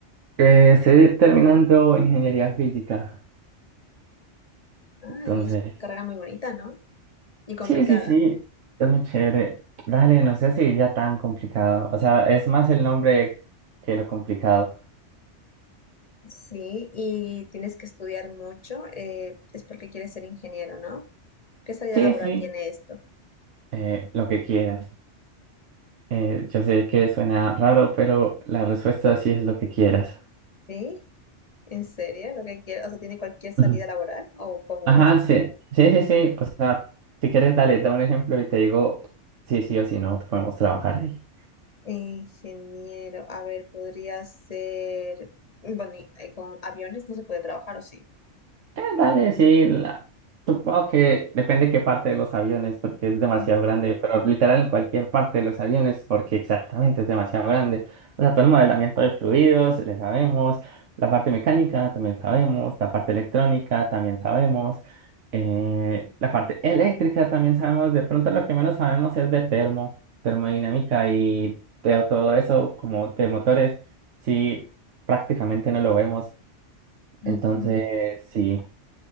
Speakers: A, on the right; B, on the left.
A: Eh, estoy terminando ingeniería física.
B: Ay,
A: Entonces,
B: es una carrera muy bonita, ¿no? Y complicada.
A: sí, sí, sí, es muy chévere. Dale, no sé si ya tan complicado. O sea, es más el nombre que lo complicado.
B: Sí, y tienes que estudiar mucho, eh, es porque quieres ser ingeniero, ¿no? ¿Qué salida
A: Sí,
B: laboral
A: sí,
B: tiene esto?
A: eh, lo que quieras. Eh, yo sé que suena raro, pero la respuesta sí es lo que quieras.
B: ¿Sí? ¿En serio? ¿Lo que quieres? O sea, ¿tiene cualquier salida
A: Ujú.
B: laboral o cómo
A: Ajá,
B: es?
A: sí, sí, sí, sí. O sea, si quieres, dale, da un ejemplo y te digo sí, sí o si no, podemos trabajar ahí.
B: Ingeniero, a ver, podría ser, bueno, y, eh, con aviones no se puede trabajar, ¿o sí?
A: Eh, dale, sí. la- Supongo que depende qué parte de los aviones, porque es demasiado
B: Mm,
A: grande, pero literal en cualquier parte de los aviones, porque exactamente es demasiado grande. O sea, todo el modelamiento de fluidos, le sabemos, la parte mecánica también sabemos, la parte electrónica también sabemos, eh, la parte eléctrica también sabemos. De pronto lo que menos sabemos es de termo, termodinámica y de todo eso, como de motores, sí, prácticamente no lo vemos.
B: ujú.
A: Entonces, sí.